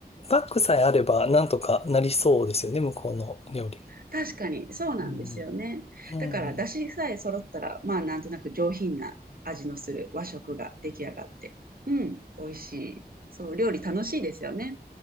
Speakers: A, on the left; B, on the right.
A: パックさえあれば、なんとかなりそうですよね、向こうの料理。
B: 確かに、そうなんですよね。
A: うん。うんうん
B: だから、出汁さえ揃ったら、まあ、なんとなく上品な味のする和食が出来上がって、うん、美味しい。そう、料理楽しいですよね。